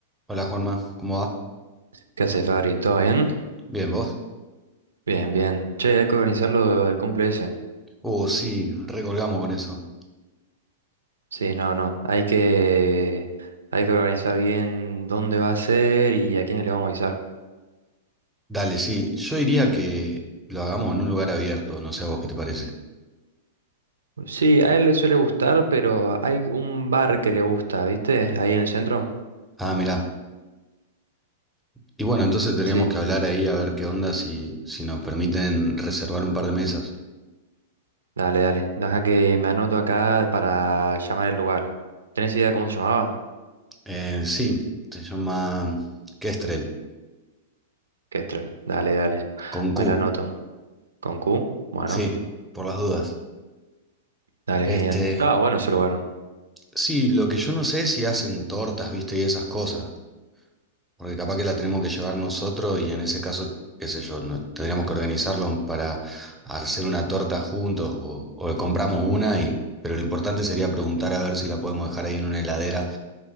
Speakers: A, in the centre; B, on the right (about 85°).
A: Hola Juanma, ¿cómo va?
B: ¿Qué hace, Fabri? ¿Todo bien?
A: Bien, ¿vos?
B: Bien, bien. Che, hay que organizar lo del cumple ese.
A: Oh sí, recolgamos con eso.
B: Sí, no, no. Hay que, hay que organizar bien dónde va a ser y a quién le vamos a avisar.
A: Dale, sí, yo diría que lo hagamos en un lugar abierto, no sé a vos qué te parece.
B: Sí, a él le suele gustar, pero hay un bar que le gusta, ¿viste? Ahí en el centro.
A: Ah, mirá. Y bueno, entonces tendríamos
B: Sí,
A: que hablar ahí a ver qué onda si, si nos permiten reservar un par de mesas.
B: dale, dale. Deja que me anoto acá para llamar el lugar. ¿Tenés idea de cómo se llamaba?
A: Eh, sí, se llama Kestrel,
B: Kestrel. Dale, dale.
A: con Q,
B: Me la anoto. ¿Con Q? Bueno,
A: sí, por las dudas.
B: dale, genial.
A: Este,
B: Estaba bueno ese lugar.
A: sí, lo que yo no sé es si hacen tortas, viste, y esas cosas. Porque capaz que la tenemos que llevar nosotros y en ese caso, qué sé yo, no- tendríamos que organizarlo para hacer una torta juntos o, o compramos una y, pero lo importante sería preguntar a ver si la podemos dejar ahí en una heladera,